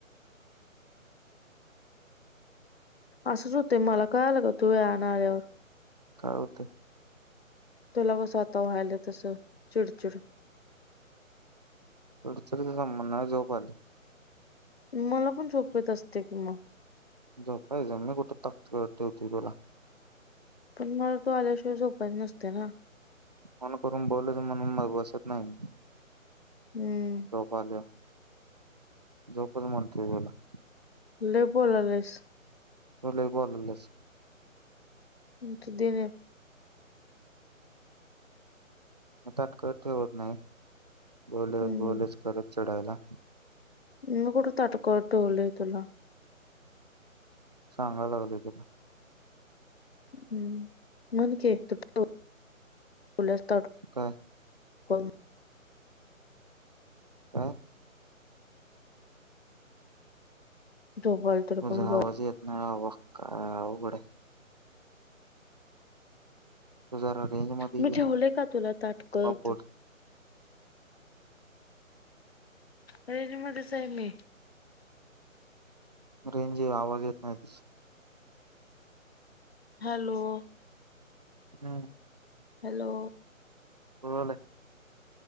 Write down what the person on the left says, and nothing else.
असंच होतंय मला कळालं का तु वेळानं आल्यावर
तुला कसं आता व्हायलाय तसं चिडचिड
मला पण सोपत असते किंवा <unintelligible> <unintelligible>
पण मला <unintelligible> तो आल्याशिवाय झोपायच नसते ना.
हम्म
ल बोलालेस.
तुधन <unintelligible>
हम्म
मी कुठं ताटकळत ठेवलोय तुला,
<inaudible>
ताटकळत
झोपायला तुला
पण बोल
मी
ठेवलोय का तुला ताटकलत?
रेज मध्येच आहे मी,
हॅलो!
हॅलो!